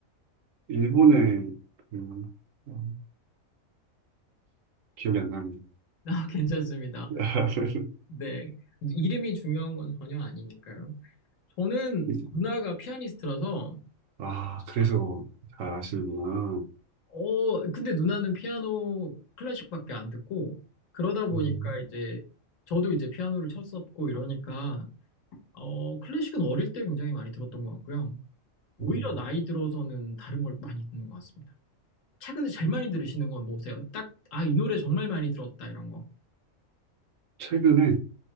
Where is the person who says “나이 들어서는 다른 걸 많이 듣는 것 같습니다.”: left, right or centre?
Left